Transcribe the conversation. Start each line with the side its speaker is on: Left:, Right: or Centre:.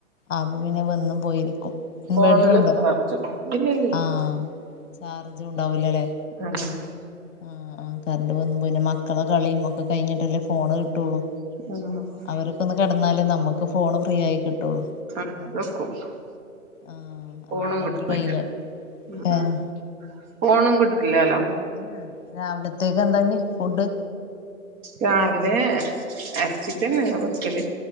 Left: അപ്പൊ പിന്നെ വന്നും പോയിരിക്കും ഇൻവെട്ടർ
Right: ഫോണില്
Left: ഉണ്ടോ
Right: ചാർജും ഇല്ലല്ലേ
Left: ആഹ ചാർജും ഉണ്ടാവൂലലെ
Right: <unintelligible>
Left: ആ ആ് കറണ്ട് വന്നു പിന്നെ മക്കളെ കളിയും ഒക്കെ കഴിഞ്ഞിട്ടല്ലേ ഫോണ് കിട്ടുള്ളു
Right: <unintelligible>
Left: അവരക്ക ഒന്ന് കെടന്നാലേ നമുക്ക് ഫോണ് ഫ്രീ ആയി കിട്ടുള്ളൂ
Right: <unintelligible>
Left: ആഹ്
Right: ഫോണും
Left: അല്ലെങ്കി
Right: കിട്ടല്ല
Left: അവരെ കയ്യില്
Right: ആ
Left: ഏഹ്
Right: ആ ഫോണും കിട്ടില്ലലോ
Left: ഉ രാവിലത്തേക്ക് എന്താഞ്ഞ ഫുഡ്
Right: രാവിലെ അരച്ചിട്ടന്നെ വെക്കല്